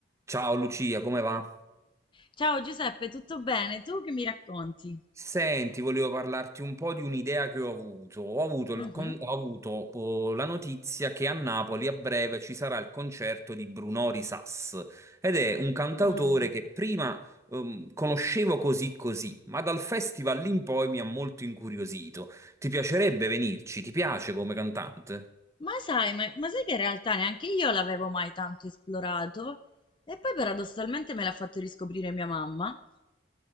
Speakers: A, on the right; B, on the left.
A: Ciao Lucia, come va?
B: Ciao Giuseppe, tutto bene? Tu che mi racconti?
A: Senti, volevo parlarti un po' di un'idea che ho avuto. Ho avuto,
B: Mhm.
A: il con- ho avuto, oh, la notizia che a Napoli a breve ci sarà il concerto di Brunò Risas ed è un cantautore
B: Ah.
A: che prima ehm, conoscevo così così, ma dal festival in poi mi ha molto incuriosito. Ti piacerebbe venirci? Ti piace come cantante?
B: Ma sai, ma, ma sai che in realtà neanche io l'avevo mai tanto esplorato e poi paradossalmente me l'ha fatto riscoprire mia mamma